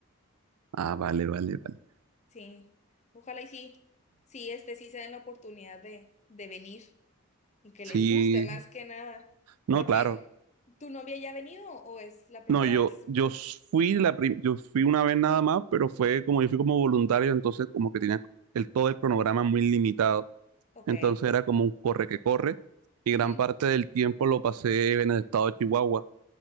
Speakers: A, on the right; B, on the left.
A: Ah, vale, vale, vale.
B: Sí, ojalá y sí, sí, este sí se den la oportunidad de, de venir y que
A: Sí,
B: les guste más que nada.
A: no,
B: Porque,
A: claro.
B: ¿tu novia ya ha venido o es la primera
A: No, yo,
B: vez?
A: yo fui la prim- yo fui una vez nada más, pero fue como yo fui como voluntario, entonces como que tenía el, todo el cronograma muy limitado.
B: Ok,
A: Entonces era como un corre que corre y gran
B: ujú,
A: parte del tiempo lo pasé en el estado de Chihuahua.